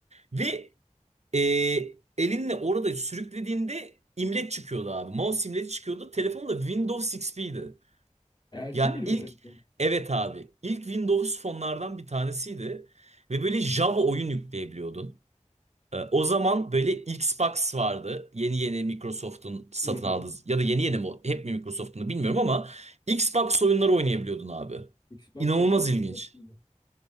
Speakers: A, on the right; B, on the left.
A: ve ee, elinle orada sürüklediğinde imleç çıkıyordu abi. Mouse imleci çıkıyordu. Telefon da Windows XP'ydi.
B: LG
A: Ya
B: miydi
A: ilk
B: bu telefon?
A: evet abi ilk Windows fonlardan bir tanesiydi. Ve böyle Java oyun yükleyebiliyordun. Ee, o zaman böyle Xbox vardı. Yeni yeni Microsoft'un satın
B: Hı hı.
A: aldığı ya da yeni yeni mi hep mi Microsoft'un da bilmiyorum ama Xbox oyunları oynayabiliyordun abi.
B: Xbox
A: İnanılmaz
B: hep Microsoft'tu.
A: ilginç